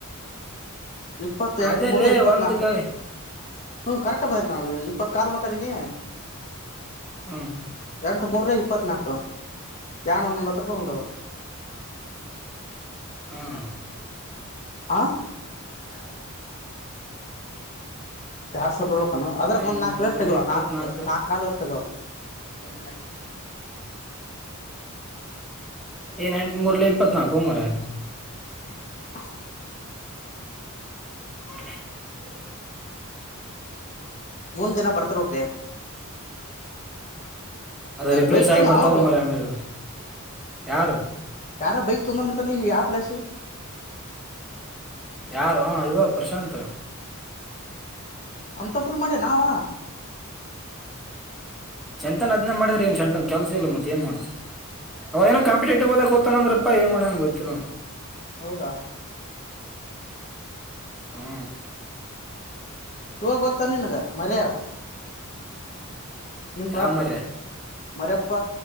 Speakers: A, on the left; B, in the centre.
A: ಇಪ್ಪತ್ ಎಂಟ
B: ಅದೇ
A: ಮೂರ್ಲ
B: ಲೇ
A: ಇಪ್ಪನಾಲ್ಕು
B: ಒಂದ್ ಕಾಲಿ
A: ಹ್ಮ ಕರೆಕ್ಟ್ ಬೈತಿ ನಾ ಇಪ್ಪತ್ ಕಾಲ್ ಮಾತಾಡೀನಿ
B: ಹ್ಮ್
A: ಎಂಟು ಮೂರ ಇಪ್ಪತ್ನಾಲ್ಕು ನ ಒಂದು ನವತ್ತು ರೂಪಾಯಿ ಒಂದಾ
B: ಹ್ಮ್
A: ಅ ಎರಡು ಸಾವಿರ ಆ ಯಸ ಎರಡು ಸರ್ವರೋ ಅದ್ರಾಗ
B: ಎಂಟ್
A: ಒಂದ್ಾಲ್ಕು
B: ಮೂರ್ಲೆ
A: ವಷ್ಟಗವ
B: ಇಪ್ಪತ್ನಾಲ್ಕು
A: ನಾಕಕ್ ನಾಕ ಕಾಲ್ ವೇಸ್ಟ್ ಆಗುವ <unintelligible>
B: ಹೇ ಏನ್ ಎಂಟ ಮೂರ್ಲ ಇಪ್ಪನಾಲ್ಕು ಮಾರಾಯ
A: <unintelligible>
B: <inaudible>
A: ಮುಂದ ದಿನ ಬರ್ತರ್ಕೆ
B: ಅದ ರಿಫ್ರೆಷ್
A: ಬೈಕ್ ತೊಂದಾನ
B: ಆಗಿ ಬರ್ತಾವ
A: ಒಬ್ಬ
B: ಮರಿ ಆಮೇಲೆ ಯಾರು
A: ಯಾರೋ ಬೈಕ್ ತೊಂದರೆ ನಂತಲ್ಲಿ ಯಾಪ್ಲಸ
B: ಯಾರು ಹ ಇವ ಪ್ರಶಾತ್
A: ಅಂತಪುರ ಮಾಡ ನಾವ
B: ಚಂತನ್ ಅದ್ ಮಾಡಿದ್ರ ನ್ ಚೆಂತನ್ ಕೆಲ್ಸ ಇಿಲ್ಲ ಮತ್ತತ್ ನ್ ಮಾಡ್ತತಿವಿ ಅವ ಏನ ಕಂಪಿಟೇಟಿವ್ ಅದಾಗ ಓತಾನ ಅಂದ್ರಪ್ಪ ಏನ್ ಮಾಡನ್ ಗೊತ್ತಿಲ್ಲ ನ
A: ಹೌದಾ
B: ಹ್ಮ
A: ಇವ ಗೊತ್ತಾ ನಿನ್ಗ ಮರ್ಯ ನಿಮ್ ಕ್ಲಾಸ
B: ಯಾವ ಮರ್ಯಾ
A: ಮರ ಅಪ್ಪ